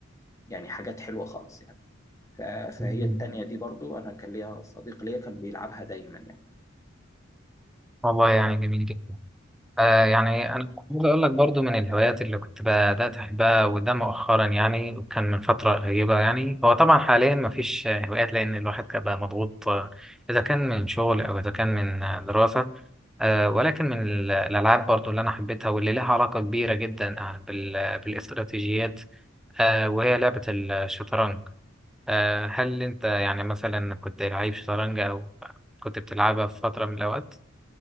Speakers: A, on the left; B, in the centre.
A: يعني حاجات حلوة خالص يعني ف- فهي
B: مم.
A: التانية دي برضو أنا كان ليا صديق ليا كان بيلعبها دايما يعني
B: والله يعني جميل جدا آه يعني أنا عاوز أقول لك برضو من الهوايات اللي كنت بدأت أحبها وده مؤخرا يعني وكان من فترة قريبة يعني هو طبعا حاليا مفيش آه، هوايات لأن الواحد كان بقى مضغوط آه، إذا كان من شغل أو إذا كان من آه، دراسة آه ولكن من ال- الألعاب برضو اللي أنا حبيتها واللي لها علاقة كبيرة جدا آه، بال- بالاستراتيجيات آه وهي لعبة الشطرنج آه هل أنت يعني مثلا كنت لعيب شطرنج أو كنت بتلعبها في فترة من الأوقات؟